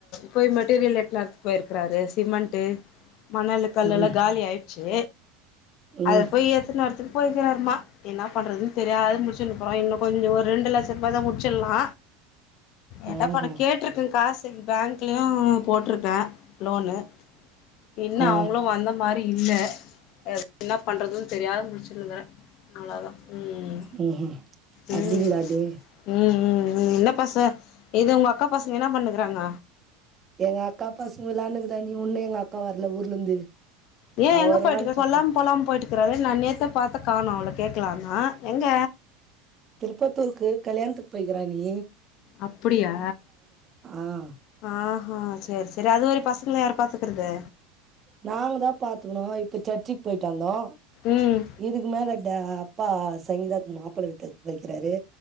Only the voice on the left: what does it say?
போயி மெட்டீரியல் எடுக்லான்ட்டு போயிருக்றாரு சிமெண்ட்டு மணலு கல்லெல்லா
காலி ஆயிர்ச்சு
அத போய் எத்துனு வரத்துக்கு போய் <unintelligible> என்னா பண்ணறதுன் தெரியாது முழிச்சுன்ருக்கோ இன்னு கொஞ்சொ ஒரு ரெண்டு லட்சருபா தா முடிச்சில்லா என்ன
பண கேட்ருக்க காஸ் பேங்க் க்லியு போட்ருக்க லோனு இன்னு
அவ்ங்களு வந்த மாரி இல்ல <unintelligible> என்ன பண்றதுன் தெரியாத முழிச்சுனுகுறே அவ்ளோ தா ம்
ம்
ம் ம் எண்ணெ பச இது உங்க அக்கா பசங்க என்னா பண்ணுக்குறாங்க.
ஏ
எங்க
போயிட்டுக்க
சொல்லாம கொல்லாம போயிட்டு க்குறாரு நா நேத்துதா பாத்தே காணோ அவள கேக்கலானா எங்க
அப்படியா
ஆஹா சேரி சேரி அது வரையு பசங் ள யார் பாத்துக்கறது.
ம்